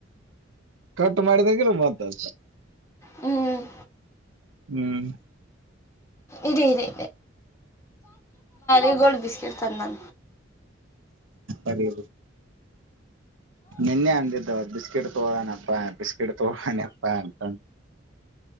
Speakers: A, on the right (about 80°); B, on the left (about 15°).
A: ಕಟ್ ಮಾಡಿದ ಕೆಲ ಮತ್ತ
B: ಹ್ಮ್
A: ಹ್ಮ್
B: ಇದೆ ಇದೆ ಇ ಗೋಲ್ಡ್ ಬಿಿಸಕಿಟ್ ತಂದ
A: ಅರಿ ನಿನ್ನೆ ಅಂದಿದ್ದವ ಬಿಸ್ಕಿಟ್ ತಗೋಾನಪ್ಪಾ ಬಿಸ್ಕಿಟ್ ತಗೋಣಪ್ಪಾ ಅಂತ